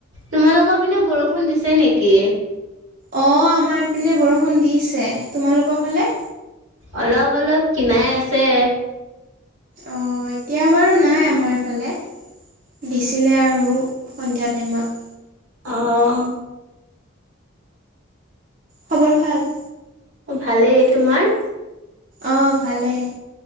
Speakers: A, on the right; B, on the right.
A: তোমালোকৰ পিনে বৰষুণ দিছে নেকি,?
B: অ আমাৰপিনে বৰষুণ দিছে তোমালোকৰ ফালে
A: অলপ অলপ কিনাই আছে
B: অ এতিয়া বাৰু নাই আমাৰ হ'লে দিছিলে আৰু সন্ধিয়া টাইমত
A: আহ
B: খবৰ ভাল
A: অ ভালেই তোমাৰ
B: অঁ ভালে